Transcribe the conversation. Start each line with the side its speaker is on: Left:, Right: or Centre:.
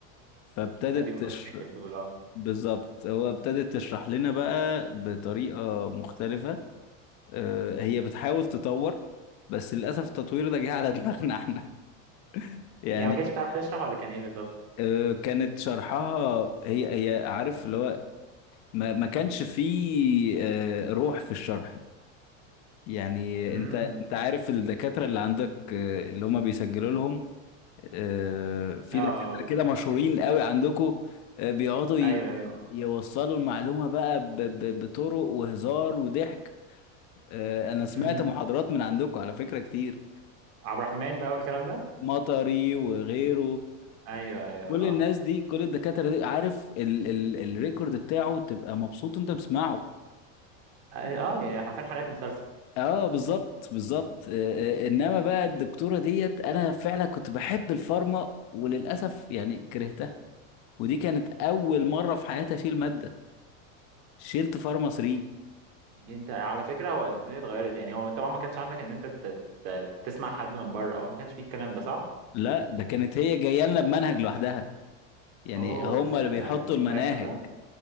Left: فابتدت
Right: هذه
Left: تشر...
Right: مشاكل دول اه
Left: بالظبط هو ابتدت تشرح لنا بقى بطريقة مختلفة آه، هي بتحاول تطور بس للأسف التطوير ده جه على دماغنا احنا <laughs> يعني
Right: يعني ما كانتش بتعرف تشرح ولا كان ايه بالظبط
Left: آه، كانت شرحها هي هي عارف اللي هو ما, ما كانش فيه آه، روح في الشرح يعني
Right: امم
Left: انت انت عارف الدكاترة اللي عندك آه، اللي هم بيسجلوا لهم آه، في
Right: اه
Left: دكاترة كده مشهورين قوي عندكم آه، بيقعدوا ي-
Right: ايوه ايوه
Left: يوصلوا المعلومة بقى ب- ب- بطرق وهزار وضحك آه، أنا سمعت
Right: امم
Left: محاضرات من عندكم على فكرة كتير
Right: عبد الرحمن بقى والكلام ده
Left: فمطري وغيره
Right: ايوه ايوه
Left: كل الناس
Right: اه
Left: دي كل الدكاترة دي عارف ال ال الريكورد بتاعه تبقى مبسوط وانت بتسمعه
Right: اه يعني حرفيا حلقات مسلسل
Left: اه بالظبط بالظبط آه، آه، انما بقى الدكتورة ديت انا فعلا كنت بحب الفارما وللاسف يعني كرهتها ودي كانت أول مرة في حياتي أشيل مادة شلت فارما 3
Right: انت على فكره هو الدنيا اتغيرت يعني هو انت ما كانش عندك ان انت ت- ت- تسمع حد من بره او ما كانش فيه الكلام ده صح
Left: لا ده كانت هي جاية لنا بمنهج لوحدها يعني
Right: اوه
Left: هم اللي
Right: ده
Left: بيحطوا
Right: ده يعني
Left: المناهج
Right: ينفع يعمل كده